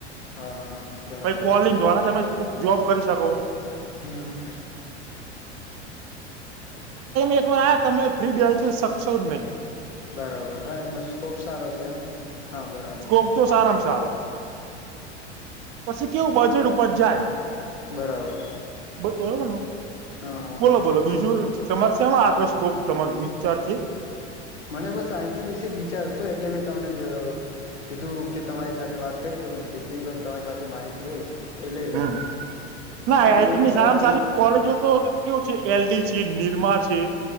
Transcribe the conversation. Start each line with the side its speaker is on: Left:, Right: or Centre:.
Left: હા હા બરાબર.
Right: પહિ કોલિંગ દ્વારા તમે જોબ કરી શકો
Left: હમ હમ
Right: એક વાર આ તમે ફ્રી બેય તો શકશો નહીં.
Left: બરાબર હા એમાં સ્કોબ સારો છે એમ હા બરાબર.
Right: સ્કોપ તો સારામાં સારો પછી કેવું બજેટ ઉપર જાય.
Left: બરાબર
Right: બ મ
Left: હા હા
Right: બોલો બોલો બીજું છે. સમરસમાં આગસકો તમાર વિચાર છે.
Left: મને બસ આઈટી વિશે જ વિચાર હતો એટલે મેં તમને જ કીધું કે તમારી સાથે વાત કરી લોને જેટલી પણ તમારી પાસે માહિતી કે હોય એ લઈ લઉં
Right: હ ના આઆઈટીની
Left: હા અમે એક હા
Right: સારામાં સારી કોલેજો તો કેવું છે એલડી છે નિરમા છે